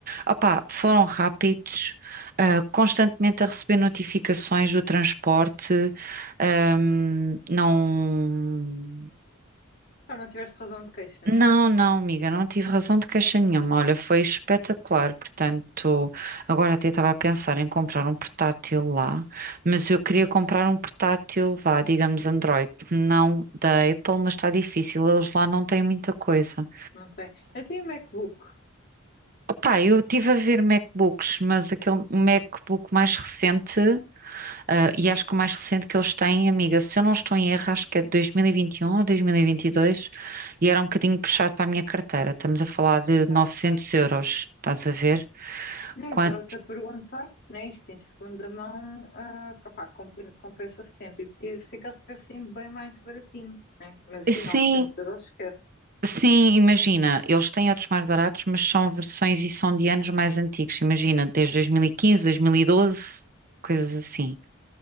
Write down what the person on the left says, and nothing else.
Ah, não tiveste razão de queixa, né?
Não tem. Eu tenho MacBook.
Ah, ok.
Não,
estava-te a perguntar, né? Isto em segunda mão, ah, pá, compen- compensa sempre. E podia ser que eles estivessem bem mais baratinho, né? Mas assim,
900 euros, esquece.